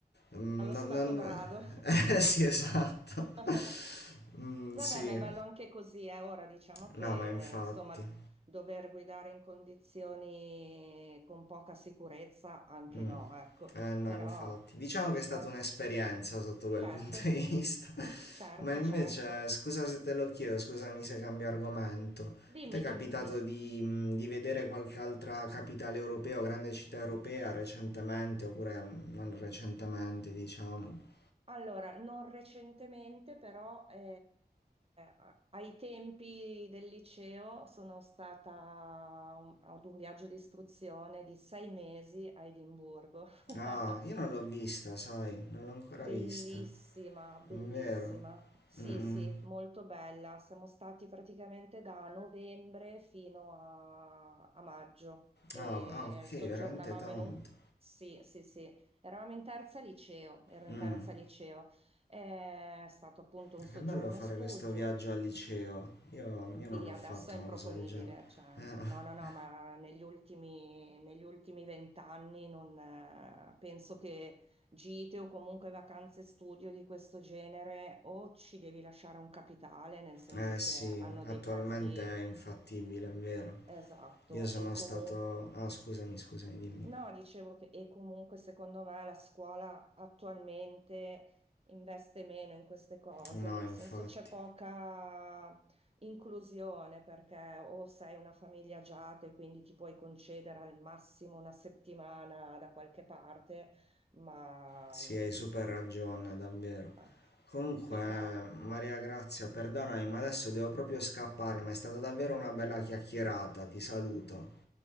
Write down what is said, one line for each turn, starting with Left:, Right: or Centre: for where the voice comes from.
Left: mm,
Right: allo
Left: Non,
Right: stato
Left: non...
Right: brado.
Left: <laughs> Eh sì, esatto.
Right: <laughs>
Left: <laughs> Mm,
Right: Vabbè,
Left: sì,
Right: ma è bello anche così, eh. Ora diciamo che
Left: no, ma infatti.
Right: insomma dover guidare in condizioni con poca sicurezza anche
Left: Mm.
Right: no, ecco,
Left: Eh no,
Right: però
Left: infatti. Diciamo che è stata
Right: or-
Left: un'esperienza sotto quel
Right: certo,
Left: punto di vista. <laughs>
Right: certo,
Left: Ma invece,
Right: certo.
Left: scusa se te lo chiedo, scusami se cambio argomento.
Right: Dimmi,
Left: Ti è capitato
Right: dimmi.
Left: di, mh, di vedere qualche altra capitale europea o grande città europea recentemente, oppure mh, non recentemente, diciamo?
Right: Allora, non recentemente, però eh, a- ai tempi del liceo sono stata a un- ad un viaggio di istruzione di sei mesi a Edimburgo. <laughs>
Left: Ah, io non l'ho vista, sai, non l'ho ancora
Right: Bellissima,
Left: vista.
Right: bellissima.
Left: Vero?
Right: Sì,
Left: Mm,
Right: sì,
Left: mm.
Right: molto bella. Siamo stati praticamente da novembre fino a, a maggio e
Left: Ah, ah, ok,
Right: soggiornavamo
Left: veramente tanto.
Right: in un... Sì, sì, sì. Eravamo in terza liceo, ero in
Left: Mm.
Right: terza liceo. È stato appunto
Left: Eh,
Right: un soggiorno
Left: Che bello fare
Right: studio.
Left: questo viaggio al liceo. Io, io non
Right: Sì,
Left: l'ho
Right: adesso
Left: fatto
Right: è
Left: una
Right: improponibile,
Left: cosa del genere.
Right: cioè,
Left: Eh,
Right: no, no, no, ma negli ultimi, negli ultimi vent'anni non, eh, penso che gite o comunque vacanze studio di questo genere o ci devi lasciare un capitale, nel senso
Left: eh sì,
Right: che hanno
Left: attualmente
Right: dei prezzi
Left: è infattibile, è vero.
Right: esatto,
Left: Io sono
Right: e comunque
Left: stato... Ah, scusami, scusami, dimmi.
Right: No, dicevo che e comunque secondo me la scuola attualmente investe meno in queste cose,
Left: No,
Right: nel
Left: infatti.
Right: senso c'è poca inclusione perché o sei una famiglia agiata e quindi ti puoi concedere al massimo una settimana da qualche parte, ma
Left: Sì,
Right: mm,
Left: hai super ragione, davvero.
Right: ah,
Left: Comunque,
Right: peccato.
Left: eh, Maria Grazia, perdonami, ma adesso devo proprio scappare, ma è stata davvero una bella chiacchierata. Ti saluto.